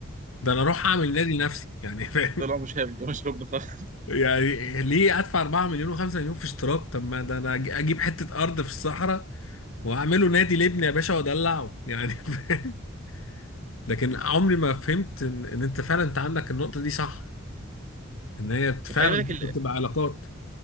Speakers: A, on the left; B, on the right.
A: ده انا اروح اعمل نادي لنفسي يعني <laughs> فاهم
B: طلع مش هبل مش هبل خالص
A: يعني ليه ادفع 4 مليون و5 مليون في اشتراك طب ما ده انا أج- اجيب حتة ارض في الصحراء واعمله نادي لابني يا باشا وادلعه يعني <laughs> فاهم لكن عمري ما فهمت ان إن انت فعلا انت عندك النقطة دي صح ان هي بت- فعلا
B: وخلي بالك
A: ممكن تبقى علاقات